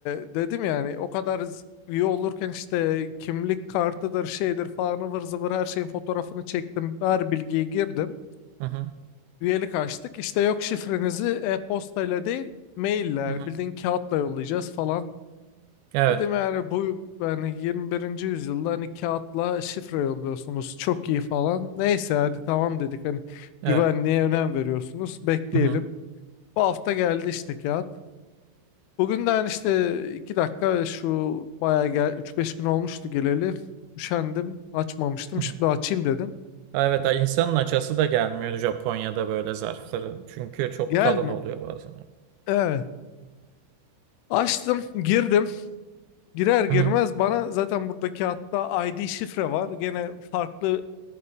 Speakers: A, on the left; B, on the right.
A: dedim yani o kadar z- üye olurken işte kimlik kartıdır şeydir falan ıvır zıvır her şeyin fotoğrafını çektim. Her bilgiyi girdim.
B: Hı hı.
A: Üyelik açtık. İşte yok şifrenizi e-postayla değil maille yani
B: Hı hı. hı.
A: bildiğin kağıtla yollayacağız falan.
B: Evet.
A: Dedim yani bu yani 21. yüzyılda hani kağıtla şifre yolluyorsunuz çok iyi falan. Neyse hadi tamam dedik hani
B: Evet.
A: güvenliğe önem veriyorsunuz bekleyelim.
B: Hı hı.
A: Bu hafta geldi işte kağıt. Bugün de hani işte 2 dakika şu bayağı gel üç beş gün olmuştu geleli. Üşendim açmamıştım
B: Hı hı.
A: şimdi açayım dedim.
B: Evet, ay insanın açası da gelmiyor Japonya'da böyle zarfları. Çünkü çok
A: Gel
B: kalın
A: mi?
B: oluyor bazen.
A: Evet. Açtım girdim. Girer girmez
B: Hı hı.
A: bana zaten burada kağıtta ID şifre var. Gene farklı